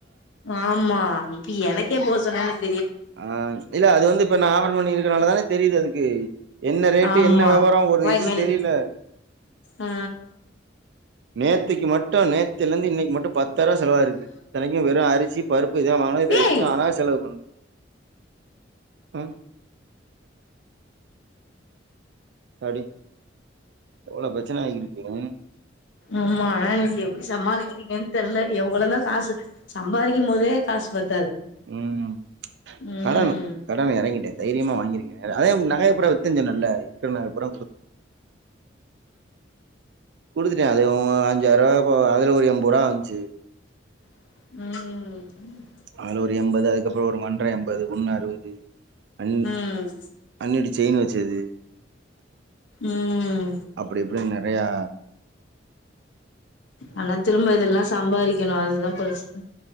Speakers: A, on the left; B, on the right.
A: ஆமா இப்பி எனக் கே போசன <inaudible>
B: ஆ இல்ல அது வந்து இப்ப நா <unintelligible> பண்ணி வச்சருக்கனாலதானெ தெரிது அதுக்கு என்ன ரேட்டு
A: ஆமா
B: என்ன வெவரோ ஒரு
A: வாய்
B: இது
A: மேல
B: தெரிய்ல
A: ஆ
B: நேத்திக்கி மட்டு நேத்துலந்து இன்னைக் மட்டு பத்தாய்ருவா செலவாயிருக்கு தனைக்கு வெறு அரிசி பருப் பு இதா வாங்குனோ வேற
A: ஏய்
B: என்ன அனா செலவு பண் ம் த்தாடி எவ்ளோ பெரச்சன ஆயிக்கிருக்கு ம்
A: ஆமா ஆனா நீங்க எப்டி சமாளிக்கிறீங்கன் தெர்ல எவ்வளதா காசு சம்பாதிக்கும்போதே காஸ் பத்
B: உம்
A: ம்
B: கடன் கடன் எறங்கிட்டே தைரியமா வாங்கிருக்கே நகை நகைய பூரா வித் தன் ஜொன்னல்ல இருக்குற நகய பூரா குடுத்து குடுத்துட்டே அது உ அஞ்சாய்ருவா ஓ அதுல ஒரு எம்பருவா வந்ச்சு
A: உம்
B: ஆலொரு எம்பது அதுக்கப்பறோ ஒரு மன்ற எம்பது ஒண்ணு அறுவது அன்னி
A: ம்
B: அண்ணியொட செயின வச்சது
A: உம்
B: அப்டி இப்டின் நறையா
A: ஆனா திரும்ப இதெல்லா சம்பாரிக்கெணு அதுதா கஷ்ட்டோ